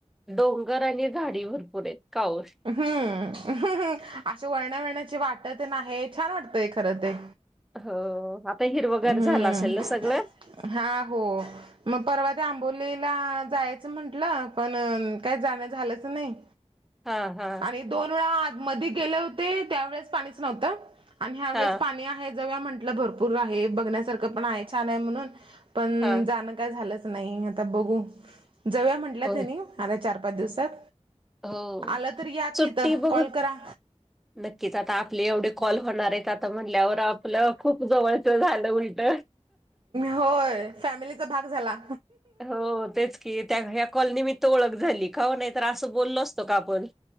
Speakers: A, in the centre; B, on the right.
A: डोंगर आणि झाडी भरपूर आहेत कावस्.
B: हम्मम अे वळण्या वळण्याची वाटत नाही छान वाटतय खरं ते.
A: हो आता हिरवगैर
B: हम्म
A: झालं असेल ना सगळं
B: हा हो मग परवा त्या आंबोलीला जायचं म्हंटलं पण काय जाण झालंच नाही.
A: हा हा
B: आणि दोन वेळा आ मध गेले होते त्यावेेळेस पाणीच नव्हतं आणि ह्या वेळेस
A: हा
B: पाणी आहेत. म्हट भरपूर आहे बघण्यासार पण आहे छान आहे म्हणून पण.
A: हा
B: का झालं नाही आ बघ जव म्हटलं
A: होय
B: त आता चार पाच दिवसात.
A: हो
B: आलं तर या की
A: सुट्टी
B: इथं
A: बघ
B: कॉल करा
A: नक्कीच आता आपले एवढे कॉल होणार आहेत आता म्हणल्यावर आपलं खूप जवळचं झालं उलट!
B: होय फॅमिलीचा भाग झाला.
A: हो तेच की त्या ह्या कॉलनी मी ओळख झाली का. तर असं बोललो असतो का आपण!